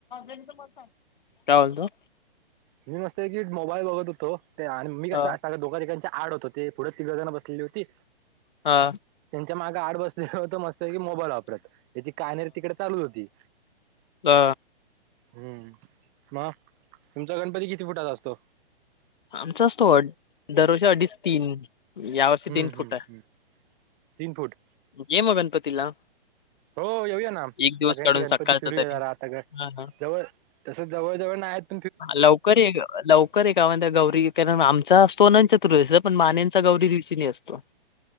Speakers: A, on the left; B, on the right.
A: काय बोलतो?
B: मी मस्तय की मोबाईल बघत होतो ते आणि मी कस
A: हा
B: अस दोघ ठिकाच्या आड होत. ते पुढं तिघळजणना बसलेली होती.
A: हा
B: त्यांच्या मागे आड बसले होत मस्त की मोबाईल वापरत. याची कायनेरी तिकडे चालू होती.
A: ह
B: हम्म मग तुमचा गणपती किती फुटाचा असतो?
A: आमचा असतो दरवर्षी अडीच तीन. यावर्षी
B: हम्म
A: तीन
B: हम्
A: फुट
B: हम् तीन फुट.
A: ये मग गणपतीला.
B: हो येऊया ना,
A: एक दिवस
B: सगळ्यांचे
A: काढून
B: गणपती
A: सकाळचा
B: फिरूया
A: तरी
B: जरा, आता ग
A: हा हा
B: जवळ तस जवळ जवळ नाहीत
A: हा लवकर ये ग लव कधी गावातल्या म्ह त्या गौरी कारन आमचा असतो अनंत चतुर्दशीचा, पण माण्यांचा गौरी दिवशी ले असतो.